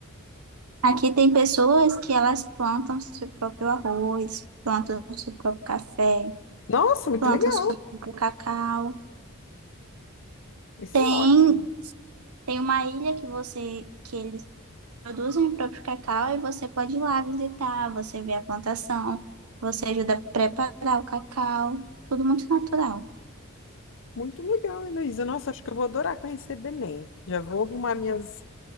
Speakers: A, on the right (about 80°); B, on the left (about 60°).
A: Aqui tem pessoas que elas plantam seu próprio arroz, plantam seu próprio café,
B: Nossa, muito
A: plantam
B: legal!
A: seu próprio cacau.
B: Isso
A: Tem,
B: é ótimo.
A: tem uma ilha que você que eles produzem o próprio cacau e você pode ir lá visitar, você vê a plantação, você ajuda a preparar o cacau, tudo muito natural.
B: Muito legal, Heloísa. Nossa, acho que eu vou adorar conhecer Belém. Já vou arrumar minhas,